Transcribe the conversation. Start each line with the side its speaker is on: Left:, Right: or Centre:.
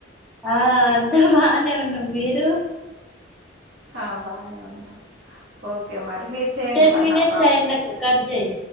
Centre: ఆ అంతా బానే ఉన్నాం మీరు
Right: ఆ బానే ఉన్నాం ఓకే మరి మీరు చేయండి
Centre: టెన్
Right: మరి
Centre: మినట్స్
Right: నాకు కాల్
Centre: అయినాక కట్ చేయ్